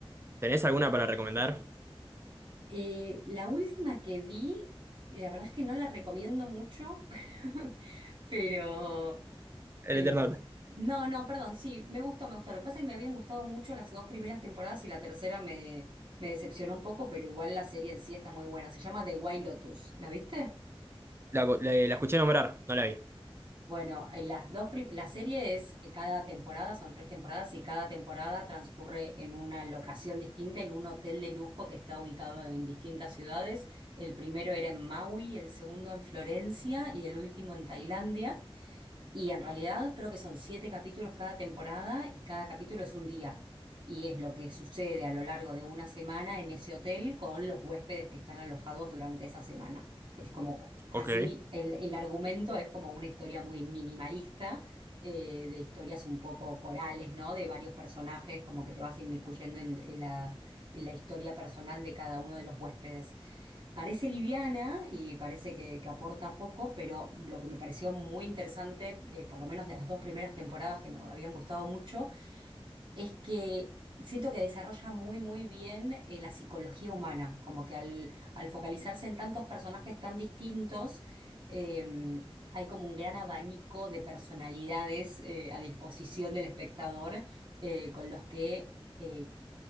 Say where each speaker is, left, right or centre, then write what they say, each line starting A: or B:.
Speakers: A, on the right (about 25°); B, on the right (about 55°).
A: ¿tenés alguna para recomendar?
B: Eh, la última que vi, la verdad es que no la recomiendo mucho, <laughs> pero...
A: El
B: Eh,
A: Eternauta.
B: a- no, no, perdón, sí, me gustó, me gustó. Lo que pasa es que me habían gustado mucho las dos primeras temporadas y la tercera me, me decepcionó un poco, pero igual la serie en sí está muy buena. Se llama The White Lotus, ¿la viste?
A: La, la la escuché nombrar, no la vi.
B: Bueno, en las dos prim- la serie es eh, cada temporada, son tres temporadas y cada temporada transcurre en una locación distinta, en un hotel de lujo que está ubicado en distintas ciudades. El primero era en Maui, el segundo en Florencia y el último en Tailandia. Y en realidad creo que son siete capítulos cada temporada y cada capítulo es un día. Y es lo que sucede a lo largo de una semana en ese hotel con los huéspedes que están alojados durante esa semana. Es como, así,
A: Ok,
B: el, el argumento es como una historia muy minimalista, eh, de historias un poco corales, ¿no? De varios personajes, como que te vas inmiscuyendo en en la, en la historia personal de cada uno de los huéspedes. Parece liviana y parece que, que aporta poco, pero lo que me pareció muy interesante, eh, por lo menos de las dos primeras temporadas que me habían gustado mucho, es que siento que desarrolla muy, muy bien eh, la psicología humana, como que al, al focalizarse en tantos personajes tan distintos, eh, hay como un gran abanico de personalidades eh, a disposición del espectador eh, con los que... eh,